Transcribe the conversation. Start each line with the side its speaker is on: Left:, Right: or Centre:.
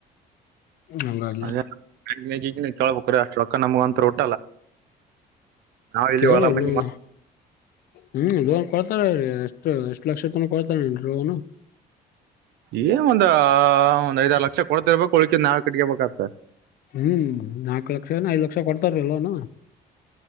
Left: ಹಂಗಾಗಿ
Right: ಅದೇ ಕೇಳ್ಬೇಕ್ರೀ ಅಷ್ಟ ರಕ್ಕ ನಮ್ಗ ಅಂತು. ಇಲ್ಲಿ
Left: ಕರಲ
Right: ಹೊಲ
Left: <inaudible>
Right: ಮನಿ
Left: ಹ್ಮ್ ಲೋನ್ ಕೊಡ್ತಾರೀ ಎಷ್ಟು ಎಷ್ಟು ಲಕ್ಷ ತನ ಕೊಡ್ತಾರೀ ಲೋನ್.
Right: ಏ ಒಂದ್ ಒಂದ್ ಐದರ ಲಕ್ಷ ಕೊಡ್ತಿರ್ಬೇಕಕ್ ಉಳ್ಕಿ ನಾಲ್ ಕಟ್ಗೆಬಬೇಕ ಆತ
Left: ಹ್ಮ್ ನಾಕು ಲಕ್ಷನ ಐದ್ ಲಕ್ಷ ಕೊಡ್ತಾರ ಲೋನ್.